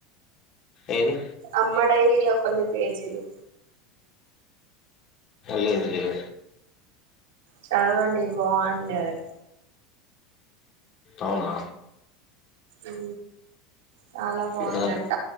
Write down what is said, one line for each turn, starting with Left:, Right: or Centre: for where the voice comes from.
Left: ఏది
Right: అమ్మ డైరీలో కొన్ని పేజీలు
Left: లేదు లేదు
Right: చదవండి బావుంది అది
Left: అవునా
Right: అ చాలా బాగుందంట
Left: చూడాలి